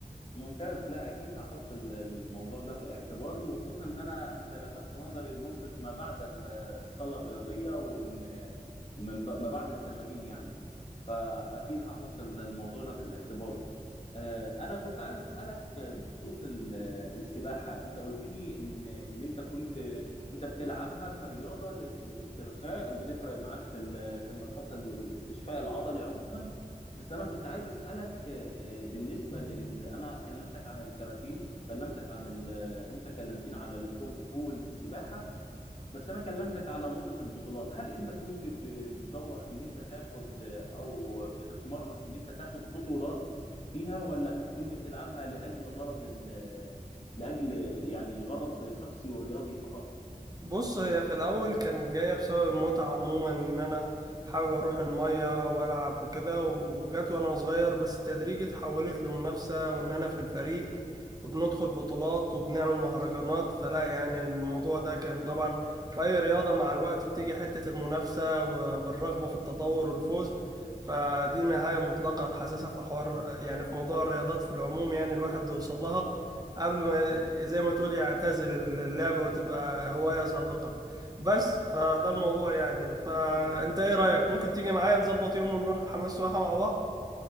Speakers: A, on the left; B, on the right.
A: ممتاز لا اكيد هحط ال- الموضوع ده في اعتباري وخصوصا ان انا انت لفتت نظري لنقطة ما بعد ال- الصالة الرياضية وان من ب- ما بعد التمارين يعني فاكيد هحط ال- الموضوع ده في الاعتبار آه، انا كنت عايز اسالك بخصوص ال- السباحه انت قلت لي ان ان انت كنت انت بتلعبها كرياضه للاسترخاء بتفرق معاك في ال- في النشاط ال- والاستشفاء العضلي عموما بس انا كنت عايز اسالك آه، بالنسبه لل انا كلمتك عن الكاراتيه كلمتك عن ال... وانت كلمتني على الكونغ فو والسباحه بس انا كلمتك على نقطة البطولات هل انت كنت ب- بتدور ان انت تاخد او بتتمرن ان انت تاخد بطولات فيها ولا كنت بتلعبها لاجل غرض ال- لاجل يعني غرض شخصي ورياضي فقط
B: بص هي في الأول كانت جاية بسبب المتعة عموما إن أنا حابب أروح المية وألعب وكده و- وجت وأنا صغير بس تدريجي اتحولت لمنافسة وإن أنا في الفريق وبندخل بطولات وبنعمل مهرجانات فلا يعني الموضوع ده كان طبعا في أي رياضة مع الوقت بتيجي حتة المنافسة و- والرغبة في التطور والفوز فدي نهاية مطلقة حاسسها في حوار يعني في موضوع الرياضات في العموم يعني الواحد بيوصل لها قبل ما زي ما تقول يعتزل اللعبة وتبقى هواية سابقة بس فده الموضوع يعني فأنت إيه رأيك ممكن تيجي معايا نظبط يوم ونروح حمام السباحة مع بعض